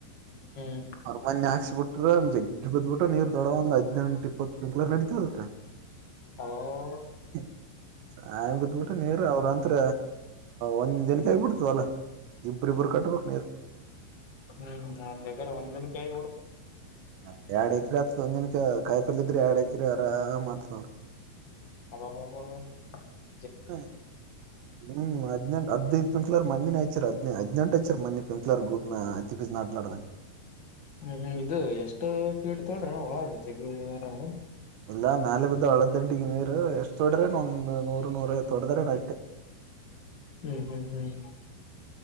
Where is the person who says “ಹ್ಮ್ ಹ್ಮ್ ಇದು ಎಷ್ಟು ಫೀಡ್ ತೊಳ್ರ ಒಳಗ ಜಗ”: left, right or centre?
Left